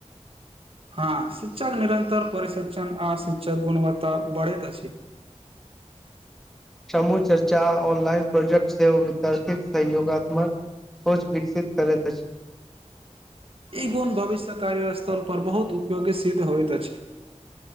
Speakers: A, on the right (about 50°); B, in the centre.
A: हँ शिक्षक निरंतर परिशिक्षण आ शिक्षक गुणवत्ता बढ़ैत अछि
B: समूह चर्चा ऑनलाइन प्रोजेक्ट से विद्यार्थी सहयोगात्मक सोच विकसित करैत अछि
A: ई गुण भविष्य कार्य स्थल पर बहुत उपयोगी सिद्ध होइत अछि